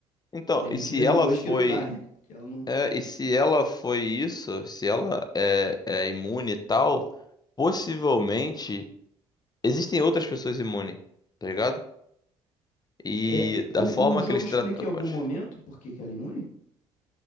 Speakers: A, on the left; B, on the left.
A: Então,
B: E A
A: e
B: gente
A: se
B: vê no
A: ela
B: 2
A: foi.
B: que não dá, né? Que ela não.
A: É, e se ela foi isso, se ela é, é imune e tal, possivelmente existem outras pessoas imunes, tá ligado? E
B: É,
A: da
B: o,
A: forma
B: o jogo
A: que eles
B: explica
A: tratam.
B: em
A: pode-
B: algum momento por que que ela é imune?